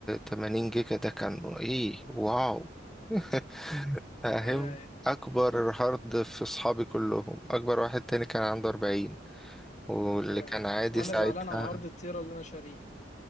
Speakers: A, in the centre; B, on the left.
A: 80 جيجا ده كان ايه واو <laughs> فاهم
B: اي اي
A: اكبر هارد في اصحابي كلهم اكبر واحد تاني كان عنده 40 واللي
B: اي
A: كان
B: اي
A: عادي
B: وانا
A: ساعتها
B: زعلان على الهارد التيرا اللي انا شاريه